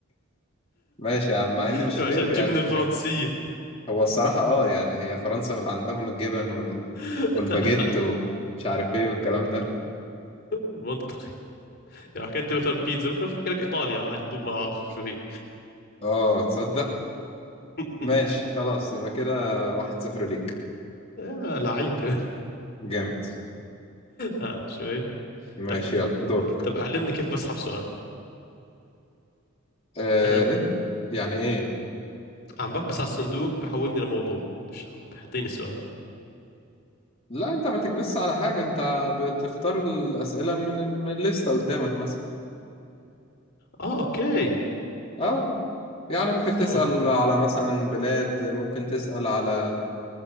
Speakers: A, on the left (about 30°); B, on the left (about 50°).
A: ماشي يا عم مع
B: <laughs>
A: ان مش
B: عشان
A: فير
B: الجبنة
A: يعني
B: الفرنسية
A: انك هو الصراحة اه يعني هي فرنسا عندهم الجبن وال...
B: <laughs>
A: والباجيت ومش عارف ايه والكلام ده
B: منطقي يعني حكيت لي مثلا بيتزا ممكن احكي لك ايطاليا عادي بدون ما اعرف شو هي
A: اه تصدق
B: <laughs>
A: ماشي خلاص يبقى كده واحد صفر ليك
B: يا لعيب <laughs>
A: جامد
B: هذا شوي
A: ماشي
B: طيب.
A: يلا دورك
B: طب علمني كيف بسحب سؤال
A: آه
B: انا
A: انت يعني ايه
B: عم بكبس على الصندوق بحولني لموضوع مش عم بحطيني سؤال
A: لا انت ما تكبسش على حاجة انت بتختار الأسئلة من من الليستة قدامك مثلا
B: اه اوكي
A: اه يعني ممكن
B: سوا
A: تسأل على مثلا بلاد ممكن تسأل على